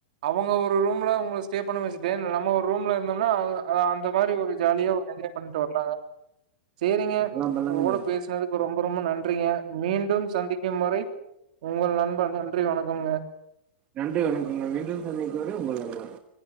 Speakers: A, on the right; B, on the right.
A: அவுங்க ஒரு ரூம்ல உங்கள ஸ்டே பண்ண வச்சுட்டு நம்ம ஒரு ரூம்ல இருந்தம்னா அந்த மாரி ஒரு ஜாலியா ஒரு என்ஜா பண்ட்டு வர்லங்க சேரிங்க
B: பல்லாம் பல்லாங்க
A: ஒங்க கூட பேசுனது ரொம்ப ரொம்ப நன்றிங்க மீண்டும் சந்திக்கும் வரை உங்கள் நண்பன் நன்றி வணக்கம்ங்க
B: நன்றி வணக்கங்க மீண்டும் சந்திக்கும் வரை உங்கள் நண்பர்